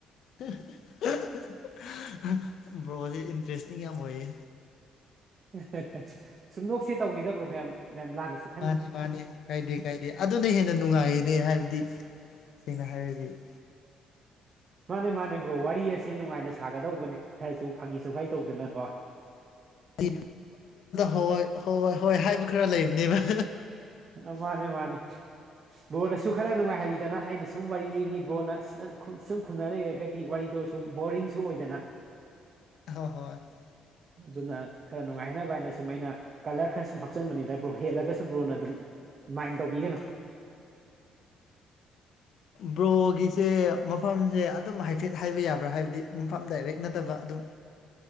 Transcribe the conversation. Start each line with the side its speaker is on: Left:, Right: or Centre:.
Left: <unintelligible> ꯕ꯭ꯔꯣꯖꯦ ꯏꯟꯇꯔꯦꯁꯇꯤꯡ ꯌꯥꯝ ꯑꯣꯏꯌꯦ
Right: <unintelligible> ꯁꯨꯝ ꯅꫭꯛꯁꯦ ꯇꯧꯅꯤꯗ ꯕ꯭ꯔꯣ ꯌꯥꯝ ꯌꯥꯝ ꯂꯥꯟꯅ ꯁꯨꯝ
Left: ꯃꯥꯅꯤ ꯃꯥꯅꯤ ꯀꯥꯏꯗꯦ ꯀꯥꯏꯗꯦ ꯑꯗꯨꯅ ꯍꯦꯟꯅ ꯅꯨꯡꯉꯥꯏꯌꯦꯅꯦ ꯍꯥꯏꯕꯗꯤ ꯁꯦꯡꯅ ꯍꯥꯏꯔꯗꯤ <inaudible>
Right: ꯃꯥꯅꯦ ꯃꯥꯅꯦ ꯕ꯭ꯔꯣ ꯋꯥꯔꯤ ꯑꯁꯦ ꯅꯨꯡꯉꯥꯏꯅ ꯁꯥꯒꯗꯧꯕꯅꯦ ꯈꯔꯁꯨ ꯐꯥꯒꯤ ꯆꯨꯒꯥꯏ ꯇꯧꯗꯅ ꯀꯣ
Left: <unintelligible> ꯍꯣꯏ ꯍꯣꯏ ꯍꯣꯏ ꯍꯥꯏꯕ ꯈꯔ ꯂꯩꯕꯅꯦꯕ
Right: ꯑ ꯃꯥꯅꯦ ꯃꯥꯅꯦ ꯕ꯭ꯔꯣꯅꯁꯨ ꯈꯔ ꯅꯨꯡꯉꯥꯏꯍꯜꯂꯤꯗꯅ ꯑꯩꯅ ꯁꯨꯝ ꯋꯥꯔꯤ ꯂꯤꯅꯤ ꯕ꯭ꯔꯣꯅ ꯁ ꯁꯨꯝ ꯈꯨꯝꯅ ꯂꯩꯔꯒꯗꯤ ꯋꯥꯔꯤꯗꯣ ꯁꯨꯝ ꯕꯣꯔꯤꯡꯁꯨ ꯑꯣꯏꯗꯥꯅ
Left: <unintelligible>
Right: ꯑꯗꯨꯅ ꯈꯔ ꯅꯨꯡꯉꯥꯏꯍꯟꯅꯅꯕ ꯍꯥꯏꯅ ꯁꯨꯝ ꯑꯩꯅ ꯀꯂꯔ ꯈꯔ ꯁꯨꯝ ꯍꯥꯞꯆꯤꯟꯕꯅꯤꯗ ꯕ꯭ꯔꯣ ꯍꯦꯜꯂꯒꯁꯨ ꯕ꯭ꯔꯣꯅ ꯑꯗꯨꯝ ꯃꯥꯏꯅ ꯇꯧꯕꯤꯒꯅꯨ
Left: ꯕ꯭ꯔꯣꯒꯤꯁꯦ ꯃꯐꯝꯁꯦ ꯑꯗꯨꯝ ꯍꯥꯏꯐꯦꯠ ꯍꯥꯏꯕ ꯌꯥꯕ꯭ꯔꯥ ꯍꯥꯏꯕꯗꯤ ꯃꯐꯝ ꯗꯥꯏꯔꯦꯛ ꯅꯠꯇꯕ ꯑꯗꯨꯝ